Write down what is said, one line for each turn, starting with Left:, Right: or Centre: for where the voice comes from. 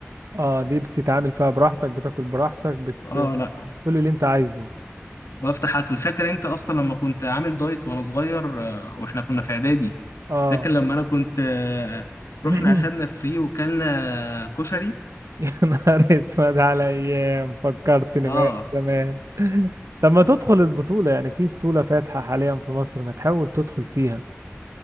Right: اه دي بتتعامل فيها براحتك بتاكل براحتك بت...
Left: اه لا
Right: كل اللي انت عايزه
Left: بفتح اكل فاكر انت اصلا لما كنت عامل دايت وانا صغير آه، واحنا كنا في اعدادي
Right: اه
Left: فاكر لما انا كنت آه،
Right: <coughs>
Left: رحنا اخدنا
Right: <clears throat>
Left: فري وكلنا كشري
Right: يا نهار اسود على ايام فكرتني
Left: اه
Right: بقى زمان <laughs> طب ما تدخل البطولة يعني في بطولة فاتحة حاليا في مصر ما تحاول تدخل فيها